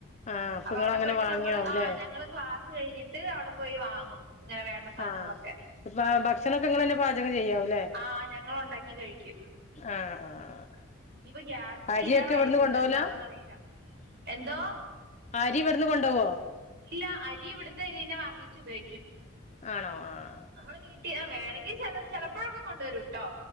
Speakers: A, on the left; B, on the right.
A: ആഹ്
B: അപ്പൊ
A: നിങ്ങള്
B: അവിടെ
A: അങ്ങനെ
B: പോയിട്ട്
A: വാങ്ങിയാവൂലേ
B: നമ്മള് ആ ഞങ്ങള് ക്ലാസ് കഴിഞ്ഞിട്ട് അവിടെ പോയി വാങ്ങും ഇങ്ങനെ വേണ്ട സാധനങ്ങളൊക്കെ
A: ആഹ് ഇപ്പ ഭക്ഷണൊക്കെ ഇങ്ങളനെ തന്നെ പാചകം ചെയ്യാവല്ലേ
B: ആ ഞങ്ങൾ ഉണ്ടാക്കി കഴിക്കും
A: ആഹ് ആഹ്
B: ഇനിയിപ്പോ ഗ്യാസ് തീരാറയിക്കണു
A: അരിയൊക്കെ ഇവിടുന്ന് കൊണ്ടോവലാ
B: എന്താവോന്ന്റിയില്ല എന്തോ
A: അരി ഇവിടുന്ന് കൊണ്ടോവോ
B: ഇല്ല അരി ഇവിടുത്ത അരിന്നെ വാങ്ങിച്ച് ഉപയോഗിക്കും
A: ആണോ ആഹ്
B: നമ്മൾ വീട്ടിൽ വേണമെങ്കിൽ ചില ചിലപ്പോഴൊക്കെ കൊണ്ടുവരുംട്ടോ